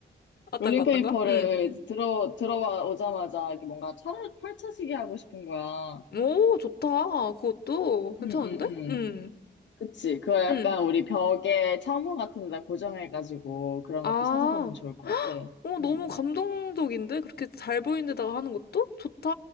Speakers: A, on the left; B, on the left.
A: 어떤
B: 롤링페이퍼를
A: 거, 어떤 거? 음.
B: 들어 들어와 오자마자 이렇게 뭔가 차를 펼쳐지게 하고 싶은 거야.
A: 오, 좋다. 그것도 괜찮은데?
B: 음, 음, 음.
A: 음,
B: 그치. 그거 약간
A: 음.
B: 우리 벽에 창문 같은 데다 고정해가지고 그런
A: 아,
B: 것도 찾아보면 좋을 것 같아.
A: 어, 너무
B: 음.
A: 감동적인데? 그렇게 잘 보이는 데다가 하는 것도? 좋다.